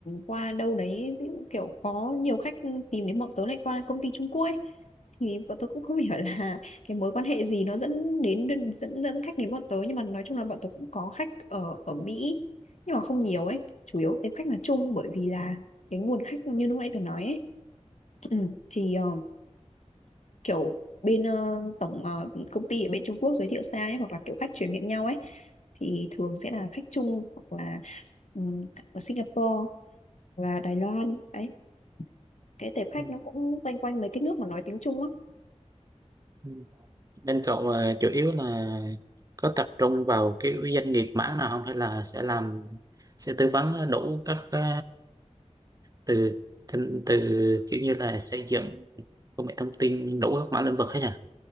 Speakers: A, on the left; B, on the right.
A: qua đâu đấy ví dụ kiểu có nhiều khách tìm đến bọn tớ lại qua công ty Trung Quốc ấy thì bọn tớ cũng không <laughs> hiểu là cái mối quan hệ gì nó dẫn đến dẫn dẫn khách đến bọn tớ nhưng mà nói chung là bọn tớ cũng có khách ở ở Mỹ nhưng mà không nhiều ấy chủ yếu tiếp khách là Trung bởi vì là cái nguồn khách như lúc nãy tớ nói ấy Ừ, thì ờ, kiểu bên ờ, tổng ờ, công ty ở bên Trung Quốc giới thiệu sang ấy hoặc là kiểu khách chuyển miệng nhau ấy thì thường sẽ là khách Trung hoặc là ừm, ở Singapore hoặc là Đài Loan đấy cái tệp khách
B: Ừ.
A: nó cũng quanh quanh mấy cái nước mà nói tiếng Trung á
B: Ừ. bên cậu là chủ yếu là có tập trung vào cái doanh nghiệp mảng nào không hay là sẽ làm sẽ tư vấn đủ các ờ, từ từ, từ kiểu như là xây dựng công nghệ thông tin đủ các mảng lĩnh vực hết nhỉ